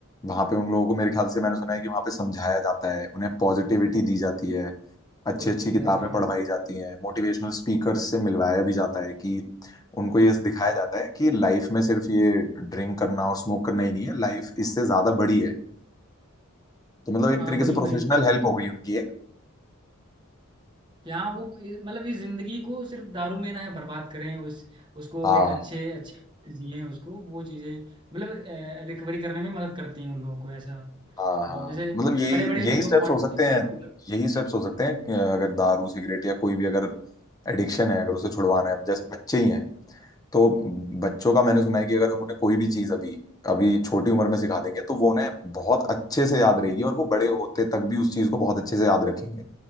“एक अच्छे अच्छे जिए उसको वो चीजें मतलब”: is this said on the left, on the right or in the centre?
Right